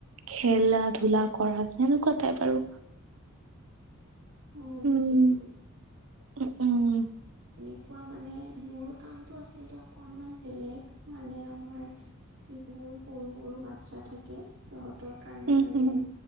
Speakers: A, on the right; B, on the right.
A: খেলা ধূলা কৰা এনেকুৱা তাত আৰু
B: হ
A: উম
B: বুজিচো
A: উম উম।
B: কোৱা মানে মোৰ কামটো আচলতে অকণমান বেলেগ মানে আমাৰ যিবোৰ সৰু সৰু বাচ্ছা থাকে সিহঁত কাৰণে
A: উম
B: মানে
A: উম